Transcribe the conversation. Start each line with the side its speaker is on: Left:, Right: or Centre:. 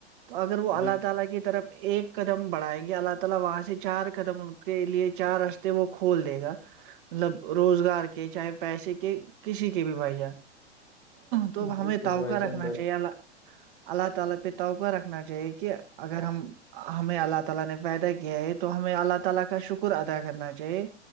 Right: اگر وہ اللہ
Left: بال-
Right: تعالی کی طرف ایک دم بڑھائے گی اللہ تعالی وہاں سے چار قدم کے لیے چار رشتے وہ کھول دے گا مطلب روزگار کے چاہے پیسے کے کسی کے بھی بھائی جان تو ا
Left: بالکل
Right: ہمیں توقا
Left: بھائی جان
Right: رکھنا
Left: بھائی
Right: چاہیے اللہ تعالی پہ توبہ رکھنا چاہیے کہ اگر ہم ہمیں اللہ تعالی نے پیدا کیا ہے تو ہمیں اللہ تعالی کا شکر ادا کرنا چاہیے